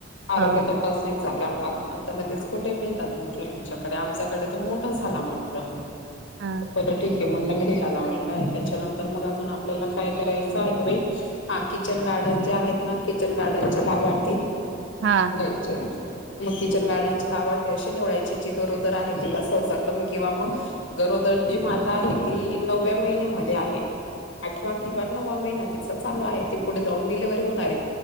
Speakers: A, on the left; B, on the right.
A: आरोग्य
B: हो
A: तपासणीचा कॅम्प, आता लगेच कुठे घेतात म्हटलं आमच्याकडे? आमच्याकडे तर मोठा झाला म्हंटलं.
B: हा
A: बर ठीक आहे. मग <unintelligible> लावलेला आहे, त्यांच्यानंतर तर मग अजून आपल्याला काय करायचं आहे गं बाई? हा किचन गार्डन जे आहेत ना, किचन गार्डनच्या वाती,
B: हा
A: निवडायच्यात. मग किचन गार्डनची लावळ ते अशी निवडायची, जी गरोदर आहे, तिला सहसा कमी किंवा मग गरो धरती माता आहे ती, नवव्या महिन्यामध्ये आहे. आठवा किंवा नववा महिना तिचा चालू आहे, ते पुढे जाऊन डिलेव्हरी होणार आहे.